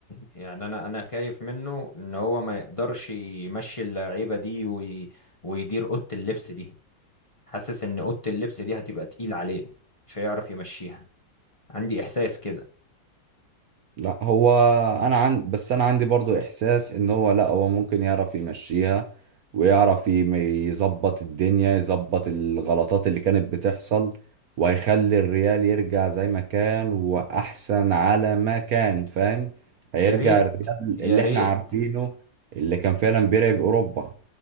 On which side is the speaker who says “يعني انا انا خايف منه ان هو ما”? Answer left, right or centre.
Left